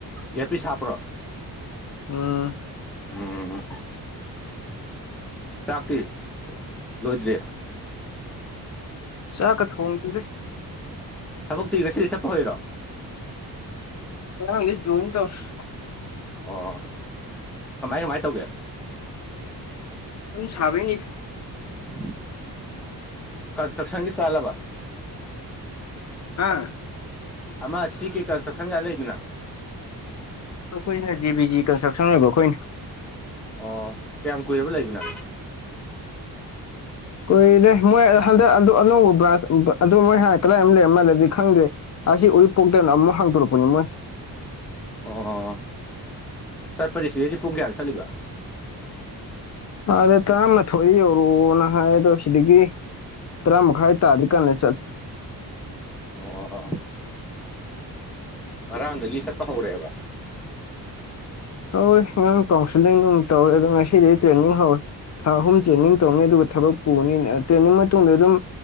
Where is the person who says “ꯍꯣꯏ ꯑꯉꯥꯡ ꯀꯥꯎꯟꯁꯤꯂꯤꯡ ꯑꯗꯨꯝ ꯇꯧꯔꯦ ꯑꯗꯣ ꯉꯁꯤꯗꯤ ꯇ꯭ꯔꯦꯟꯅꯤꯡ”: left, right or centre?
Left